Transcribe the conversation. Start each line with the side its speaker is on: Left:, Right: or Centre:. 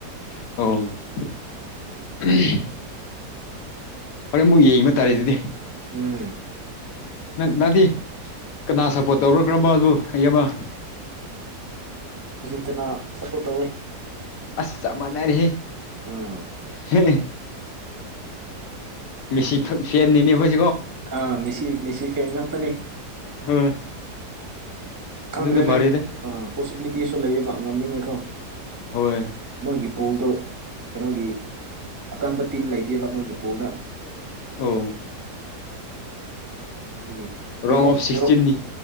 Left: ꯑꯣ ꯍꯣꯔꯦꯟ ꯑꯃꯨꯛ ꯌꯦꯡꯤꯕ ꯇꯥꯔꯦꯗꯨꯗꯤ
Right: ꯎꯝ
Left: ꯅꯅꯥꯗꯤ ꯀꯅꯥ ꯁꯞꯄꯣꯔꯠ ꯇꯧꯔꯈ꯭ꯔꯕꯣꯕꯨ ꯑꯩ ꯑꯃ
Right: ꯐꯠꯇꯅ ꯁꯞꯄꯣꯔꯠ ꯇꯧꯋꯤ
Left: ꯑꯁ ꯆ ꯃꯅꯔ
Right: ꯎꯝ
Left: ꯍꯦ ꯃꯤꯁꯤ ꯐꯅꯤꯅꯦ ꯍ
Right: ꯑ ꯃꯤꯦꯁꯤ ꯃꯤꯁꯤ ꯐꯦꯡꯉꯅꯤ
Left: ꯍꯣꯏ
Right: ꯈꯪꯗ꯭ꯔꯦꯅꯦ
Left: ꯑꯗꯨꯅ ꯐꯔꯦꯗ
Right: ꯑꯥ ꯄꯣꯁꯤꯕꯤꯂꯤꯇꯤꯁꯨ ꯂꯩꯌꯦꯕ ꯉꯝꯅꯤꯡꯉꯦꯀꯣ
Left: ꯍꯣꯏ
Right: ꯃꯣꯏꯒꯤ ꯄꯣꯜꯗꯣ ꯀꯩꯅꯣꯒꯤ ꯑꯀꯟꯕ ꯇꯤꯝ ꯂꯩꯇꯦꯕ ꯃꯣꯏꯒꯤ ꯄꯣꯜꯗ
Left: ꯑ
Right: ꯑꯗꯒꯤ
Left: ꯔꯥꯎꯟ
Right: ꯌꯔꯣ
Left: ꯑꯣꯐ ꯁꯤꯛꯁꯇꯤꯟꯅꯤ
Right: ꯌꯔꯣ